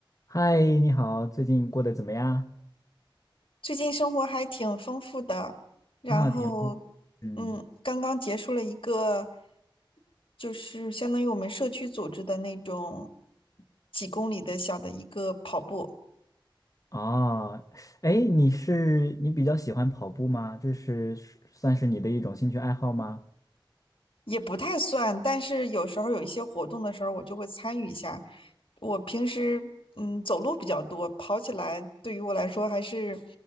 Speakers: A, on the left; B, on the left.
A: 嗨，你好，最近过得怎么样？
B: 最近生活还挺丰富的，然后，
A: 啊，挺不，嗯，
B: 嗯，刚刚结束了一个，就是相当于我们社区组织的那种几公里的小的一个跑步，
A: 哦，哎，你是你比较喜欢跑步吗？这是算是你的一种兴趣爱好吗？
B: 也不太算，但是有时候有一些活动的时候，我就会参与一下。我平时嗯走路比较多，跑起来对于我来说还是